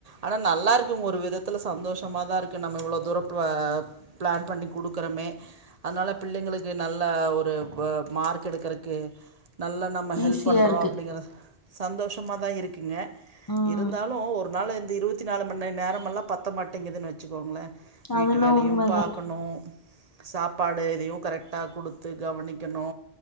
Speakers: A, on the right; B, on the left.
A: ஆனா நல்லா இருக்கும் ஒரு விதத்துல சந்தோஷமாதான் இருக்கு நம்ம இவ்ளோ தூரப்ப பிளான் பண்ணி குடுக்குறமே அதனால பிள்ளைங்களுக்கு நல்ல ஒரு ஒ மார்க் எடுக்குறக்கு நல்ல நம்ம ஹெல்ப்
B: ஈஸியா
A: பண்றோம்
B: இருக்கு
A: அப்டிங்கற சந்தோஷமா தான் இருக்குங்க
B: ம்
A: இருந்தாலும் ஒரு நாளு இருபத்தி நாலு மணி நேரமல்லா பத்த மாட்டேங்குதுன்னு வச்சுக்கோங்களே வீட்டு
B: அதுனா
A: வேலையு
B: உண்மதா
A: பாக் ணும் சாப்பாடு எதயு கரெக்டாக குடுத்து கவனிக்கணு